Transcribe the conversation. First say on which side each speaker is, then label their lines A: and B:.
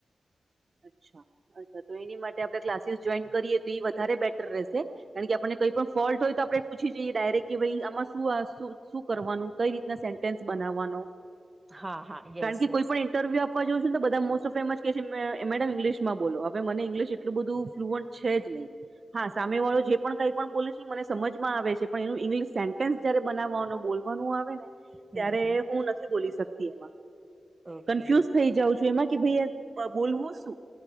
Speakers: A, on the right; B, on the right.
A: અચ્છા અચ્છા તો એની માટે આપણે ક્લાસીસ જોઈન કરીએ તો એ વધારે બેટર રહેશે કારણ કે આપણને કઈ પણ ફોલ્ટ હોય તો આપડણે પૂછી જઈએ ડાયરેક્ટ કે ભાઈ આમાં શુંું શું કરવાનું કઈ રીતના સેન્ટેન્સ બનાવવાનું
B: હા હા યસ
A: કારણ કે
B: યસ.
A: કોઈ પણ ઇન્ટરવ્યુ આપવા જોઉં છુંને બધા મોસ્ટ ઓ ફેમ કે મેડમ ઇંગ્લિશમાં બોલો હવે મને ઇંગ્લિશ એટલું બધું ફ્લુઅન્ટ છે જ નહીં હા સામે વાળો જે પણ કઈ પણ બોલ છે મને સમજમાં આવે છે પણ એનું ઇંગ્લિશ સેન્ટેન્સ જયારે બનાવવાનું બોલવાનું આવે ને ત્યારે
B: હમ હમ
A: હું નથી બોલી શકતી એમાં
B: ઓકે
A: કન્ફ્યુઝ થઈ જાઉં છું એમાં કે ભાઈ બ- બોલવું શું